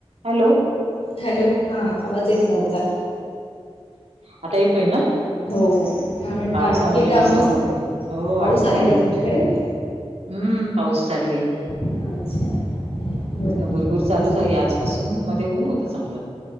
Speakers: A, on the right; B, on the left.
A: Hello
B: hello हां आवांज येतं नव्हतां
A: आंता येतोय नां
B: हो हो काय म्हणता
A: हे पावसांमुळे
B: आटपली कामं
A: डिस्टर्ब होते हो
B: पाऊस
A: आंटोपली
B: आहे का तुमच्याकडे
A: हम्मं पाऊस चालूं आहे
B: अच्छा बरं
A: भूरभूर चालूं
B: झालं
A: झाली आंज बसूंन मध्यें ऊंन होतं चांगलं